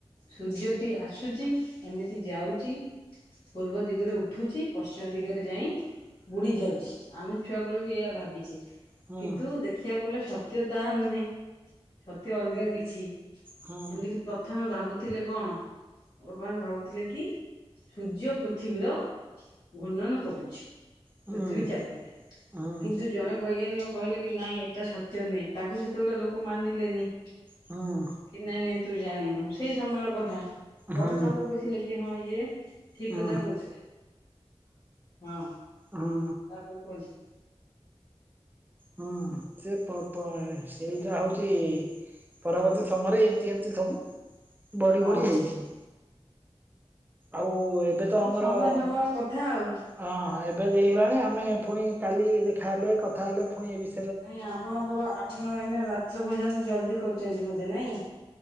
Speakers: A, on the left; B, on the right.
A: ସୂର୍ଯ୍ୟଟି ଆସୁଚି ଏମିତି ଯାଉଚି। ପୂର୍ବ ଦିଗରେ ଉଠୁଚି ପଶ୍ଚିମ ଦିଗରେ ଯାଇଁ ବୁଡ଼ି ଯାଉଛି ଆମେ ଛୁଆବେଳେ ବି ଏଇଆ ଭାବିଚେ।
B: ହଁ
A: କିନ୍ତୁ ଦେଖିବାକୁ ଗଲେ ସତ୍ୟ ତାହା ନୁହେଁ। ସତ୍ୟ ଅଲଗା କିଛି ଏମିତି
B: ହୁଁ
A: କି ପ୍ର ଥମେ ଭାବୁଥିଲେ କଣ ଲୋକମାନେ ଭାବୁଥିଲେ କି ସୂର୍ଯ୍ୟ ପୃଥିବୀର ଘୂର୍ଣ୍ଣନ କରୁଛି
B: ହୁଁ
A: ପୃଥିବୀ ଚାରିପଟେ
B: ହୁଁ
A: କିନ୍ତୁ ଜଣେ ବୈଜ୍ଞାନିକ କହିଲେ କି ନାଇଁ ଏଟା ସତ୍ୟ ନୁହେଁ ତାଙ୍କୁ ସେତବେଳେ ଲୋକ ମାନିଲେନି
B: ହଁ।
A: କି ନାଇଁ ନାଇଁ ତୁ ଜାଣିନୁ ସେଇ ସମୟର କଥା ପରେ
B: ହୁଁ
A: ଲୋକ ବୁଝିଲେ କି ହଁ ଇଏ ଠିକ୍
B: ହୁଁ
A: କଥା କହୁଥିଲେ ହଁ ତାପରେ
B: ହୁଁ
A: କୁହନ୍ତୁ
B: ହୁଁ ସେ <unintelligible> ସେଇଟା ହଉଚି ପରବର୍ତ୍ତୀ ସମୟରେ ଏମତି ଏମିତି ସବୁ ବଢ଼ି
A: ହଁ
B: ବଢ଼ି ହେଇଛି। ଆଉ ଏବେ
A: ତେଣୁ
B: ତ ଆମର
A: ସମୟ ସମୟର କଥା ଆଉ।
B: ହଁ ହଁ ଏବେ ବି ହେଇଗଲାଣି ଆମେ ଫୁଣି କାଲି ଦେଖାହେଲେ କଥା ହେଲେ ଫୁଣି ଏଇ ବି
A: ନାଇଁ ଆପଣଙ୍କର ଆପଣ ଏଇନା ରାତ୍ର ଭୋଜନ ଜଲଦି କରୁଚନ୍ତି ବୋଧେ ନାଇଁ?